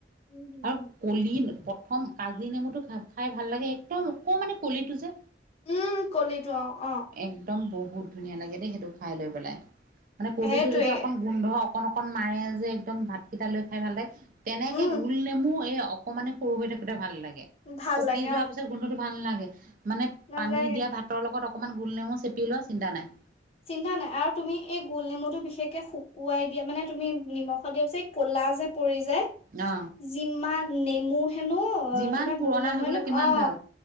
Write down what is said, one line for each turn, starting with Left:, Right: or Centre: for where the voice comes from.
Left: উম হুম
Right: আৰু কলি প্ৰথম কাজি নেমুটো খা খাই ভাল লাগে একদম। অকমানি কলিটো যে।
Left: উম কলিতো অ অ।
Right: একদম বহুত ধুনীয়া লাগে দেই সেইটো খাই লৈ পেলাই। মানে কলিটো
Left: সেইটোৱে
Right: যেতিয়া অকণ গোন্ধ অকণ অকণ অকন মাৰে যে একদম ভাতকেইটা লৈ খাই ভাল লাগে। তেনেকে
Left: উম
Right: গোল নেমু এই অকমানে সৰু হৈ থাকোতে ভাল লাগে।
Left: ভাল
Right: পকি
Left: লাগে
Right: যোৱাৰ
Left: অ
Right: পিছত গোন্ধটো ভাল নালাগে। মানে
Left: নালাগে
Right: পানী দিয়া ভাতৰ লগত অকণমান গোল নেমু চেপি লোৱা চিন্তা নাই।
Left: চিন্তা নাই আৰু তুমি এই গোল নেমুটো বিশেষকে শুকুৱাই দিয়া মানে। তুমি নিমখ দিয়া পিচে কলা। লা যে পৰি যে।
Right: অ
Left: যিমান নেমু হেনো অ
Right: যিমান
Left: তোমাৰ
Right: পুৰণা
Left: গোল নেমু
Right: হৈ গ'লে
Left: হেনো
Right: তিমান
Left: অ।
Right: ভাল